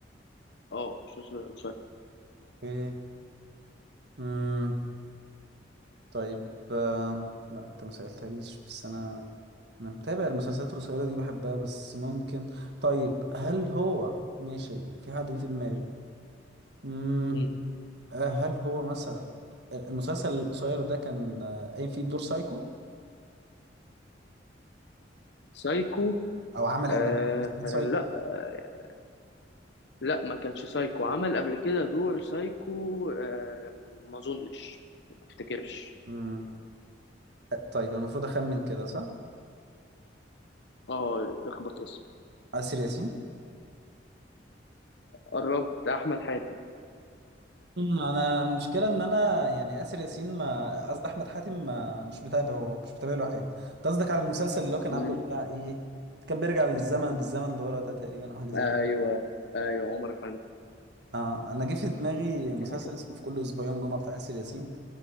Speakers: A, on the left; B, on the right.
A: اه مسلسل قصير
B: مم. امم طيب آه، لا انت ما سألتهاليش بس انا انا متابع المسلسلات القصيرة دي بحبها بس ممكن طيب هل هو ماشي في حد جه في دماغي امم
A: مم.
B: آه، هل هو مثلا المسلسل القصير ده كان آه، قايم فيه بدور سايكو
A: سايكو
B: او عمل
A: آه
B: قبل كده مسلسل سايكو
A: لا آه، لا ما كانش سايكو عمل قبل كده دور سايكو آه ما اظنش ما افتكرش
B: امم طيب المفروض اخمن كده صح
A: اه اخبط اسم
B: آه، آسر ياسين
A: قربت احمد حاتم
B: مم، انا المشكله ان انا يعني اسر ياسين ما قصدي احمد حاتم ما مش متابعه مش متابع له حاجه انت قصدك على المسلسل اللي هو كان
A: مم.
B: عامله بتاع ايه كان بيرجع للزمن بالزمن اللي ورا ده تقريبا او حاجه زي
A: ايوه
B: كده
A: ايوه عمر افندي
B: اه انا جه في دماغي مسلسل
A: <laughs>
B: اسمه في كل اسبوع يوم جمعه بتاع اسر ياسين